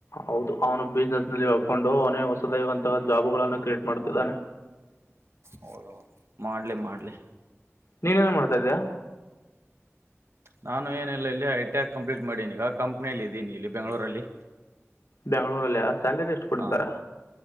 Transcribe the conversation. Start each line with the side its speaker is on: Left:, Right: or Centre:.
Left: ಹೌದು ಅವನು ಬಿಸ್ನೆಸ್ ನಲ್ಲಿ ಹಕೊಂಡು ಅವನೇ ಹೊಸದವಂತಹ ಜಾಬುಗಳನ್ನು ಕ್ರಿಯೇಟ್ ಮಾಡ್ತಿದ್ದಾನೆ
Right: ಹ ಮಾಡ್ಲಿ ಮಾಡ್ಲಿ
Left: ನೀನೇನ ಮಾಡ್ತಾ ಇದಿದ್ದ್ಯಾ
Right: ನಾನು ಏನಿಲ್ಲ ಇಲ್ಲಿ ಐ ಟಿ ಆಕ್ ಕಂಪ್ಲೀಟ್ ಮಾಡೀನಿಗ ಕಂಪ್ನಿಯಲ್ಲಿ ಇದೀನಿ ಇಲ್ಲಿ ಬೆಂಗಳೂರಲ್ಲಿ
Left: ಬೆಂಗ್ಳೂರು ಅಲ್ಲಿಯ ಸ್ಯಾಲರಿ ಎಷ್ಟ ಕೊಡ್ತಾರೆ.
Right: ಹಾ